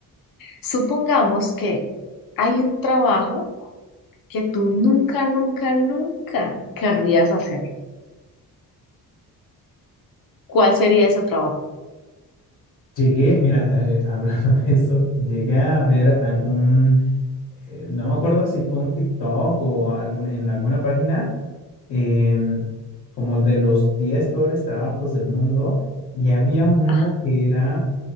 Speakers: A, on the left; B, on the left.
A: supongamos que hay un trabajo que tú nunca, nunca, nunca querrías hacer. ¿Cuál sería ese trabajo?
B: Llegué, mira, eh, <laughs> hablando de eso, llegué a ver algún, eh, no me acuerdo si fue un TikTok o algún, en alguna página em, como de los 10 peores trabajos del mundo y había uno
A: Ah,
B: que era